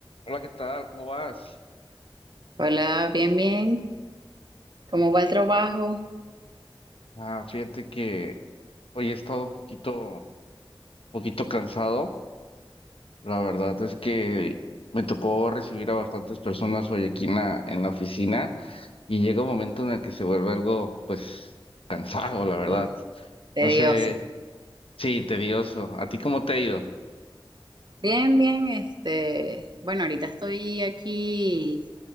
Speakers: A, on the left; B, on the right.
A: Hola, ¿qué tal? ¿Cómo vas?
B: Hola, bien, bien. ¿Cómo va el trabajo?
A: Ah, fíjate que hoy he estado un poquito, poquito cansado. La verdad es que me tocó recibir a bastantes personas hoy aquí en la, en la oficina y llega un momento en el que se vuelve algo, pues, cansado, la verdad.
B: Eh, Tedioso.
A: No sé, sí, tedioso. ¿A ti cómo te ha ido?
B: Bien, bien. Este, bueno, ahorita estoy aquí